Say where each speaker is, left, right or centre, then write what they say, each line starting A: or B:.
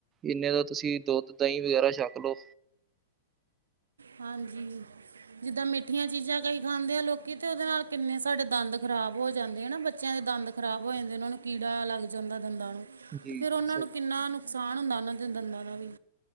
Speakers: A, on the right; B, on the right.
A: ਇਨੇ ਦਾ ਤੁਸੀਂ ਦੁੱਧ ਦਹੀਂ ਵਗੈਰਾ ਛੱਕ ਲਓ
B: ਹਾਂਜੀ ਜਿੱਦਾਂ ਮਿੱਠੀਆਂ ਚੀਜ਼ਾਂ ਕਹੀ ਖਾਂਦੇ ਆ ਲੋਕੀ, ਤੇ ਉਹਦੇ ਨਾਲ ਕਿੰਨੇ ਸਾਡੇ ਦੰਦ ਖ਼ਰਾਬ ਹੋ ਜਾਂਦੇ ਆ ਨਾ ਬੱਚਿਆਂ ਦੇ ਦੰਦ ਖ਼ਰਾਬ ਹੋ ਜਾਂਦੇ ਉਹਨਾਂ ਨੂੰ ਕੀੜਾ ਲੱਗ ਜਾਂਦਾ ਦੰਦਾਂ ਨੂੰ
A: ਜੀ
B: ਤੇ ਫੇਿਰ ਉਹਨਾਂ
A: ਜੀ ਸਹੀ
B: ਨੂੰ ਕਿੰਨਾ ਨੁਕਸਾਨ ਹੁੰਦਾ ਉਹਨਾਂ ਦੇ ਦੰਦਾਂ ਦਾ ਵੀ